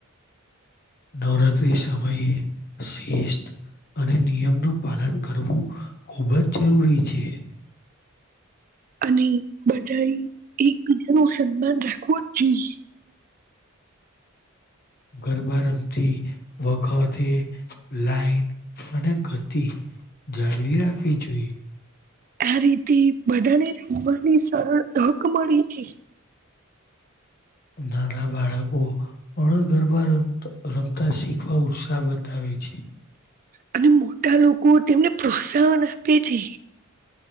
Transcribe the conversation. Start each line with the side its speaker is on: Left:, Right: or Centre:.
Left: નવરાત્રી સમયે. શિસ્ત અને નિયમનું પાલન કરવું ખૂબ જ જરૂરી છે.
Right: <inaudible> અને બધાએ એકબીજા ન સન્માન રાખવું જ જોઈએ.
Left: ગરબા રમતી વખતે લાઈન અને ગતી. જાળવી રાખવી જોઈએ.
Right: આ રીતે બધાને રમવાની સરળ તક મળી છે.
Left: નાના બાળકો પણ ગરબા ર રમતા શીખવા ઉત્સાહ બતાવે. છે.
Right: અને મોટા લોકો તેમને પ્રોત્સાહન આપે છે.